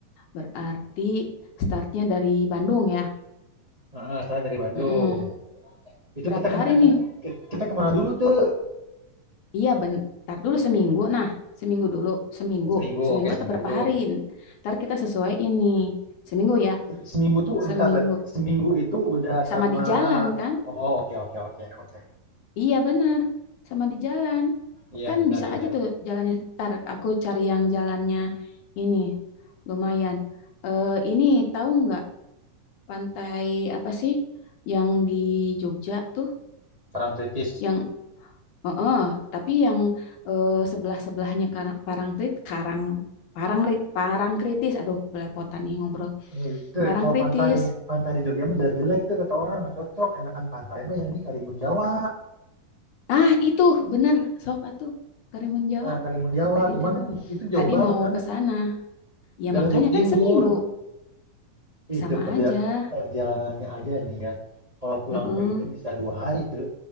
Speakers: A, on the left (about 65°); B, on the right (about 35°).
A: Berarti startnya dari Bandung ya?
B: Heeh, setelah dari Bandung.
A: Mm-mm.
B: Itu
A: Berapa
B: kita kemana
A: hari nih?
B: ke- kita kemana dulu tuh?
A: Iya, bentar dulu seminggu. Nah, seminggu dulu. Seminggu.
B: Seminggu,
A: Seminggu
B: oke
A: atau
B: seminggu.
A: berapa hari? Ntar kita sesuai ini. Seminggu ya?
B: Seminggu tuh
A: Seminggu.
B: entar Seminggu itu udah
A: Sama
B: sama
A: di jalan kan?
B: oh oke oke oke oke.
A: Iya benar, sama di jalan.
B: Iya
A: Kan
B: benar
A: bisa
B: ya udah.
A: aja tuh jalannya. Ntar aku cari yang jalannya ini lumayan. Eh ini tahu nggak pantai apa sih yang di Jogja tuh?
B: Perang kritis.
A: Yang oh, eh, tapi yang eh, sebelah-sebelahnya Karang Parangtritis, Karang Parangri- Parangkritis. Aduh, belepotan nih ngobrol.
B: Eh, Itu
A: Parangkritis.
B: kalau pantai pantai di Jogja mah jelek-jelek tuh kata orang nggak cocok. Enakan pantai mah yang di Karimun Jawa.
A: Ah, itu benar. Sok atuh Karimun Jawa.
B: Nah Karimun Jawa,
A: Tadi
B: cuma
A: tem
B: kan itu jauh
A: tadi
B: banget
A: mau
B: kan.
A: ke sana. Ya
B: Daerah
A: makanya
B: Jawa Timur.
A: kan seminggu sama
B: Itu perja-
A: aja.
B: perjalanannya aja nih ya. Kalau pulang
A: Heeh.
B: pergi itu bisa dua hari tuh.